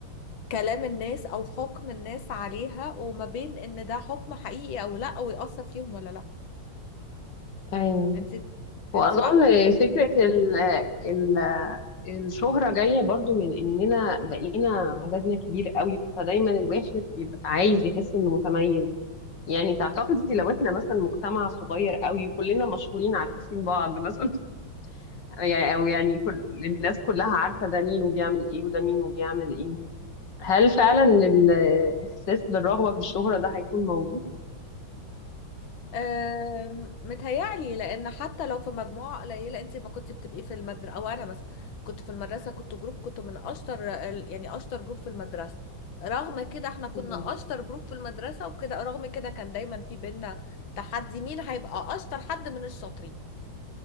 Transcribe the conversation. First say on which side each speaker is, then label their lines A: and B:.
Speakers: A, on the left; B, on the left.
A: كلام الناس أو حكم الناس عليها وما بين إن ده حكم حقيقي أو لأ ويأثر فيهم ولا لأ
B: ايوه
A: انت
B: واظن
A: انت بقى كنت بتقولي
B: فكرة
A: إيه؟
B: ال ال الشهرة جاية برضو من اننا بقينا عددنا كبير قوي فدايما الواحد بيبقى عايز يحس انه متميز يعني تعتقدي لو احنا مثلا مجتمع صغير قوي وكلنا مشهورين عارفين بعض مثلا يعني او يعني كل الناس كلها عارفه ده مين وبيعمل ايه وده مين وبيعمل ايه هل فعلا الاحساس بالرغبه في الشهره ده هيكون موجود
A: أم، متهيألي لأن حتى لو في مجموعة قليلة أنت ما كنت بتبقي في المدرسة أو أنا مثلا كنت في المدرسة كنت جروب كنت من أشطر ال- يعني أشطر جروب في المدرسة رغم كده احنا كنا
B: مم.
A: أشطر جروب في المدرسة وكده رغم كده كان دايما في بينا تحدي مين هيبقى أشطر حد من الشاطرين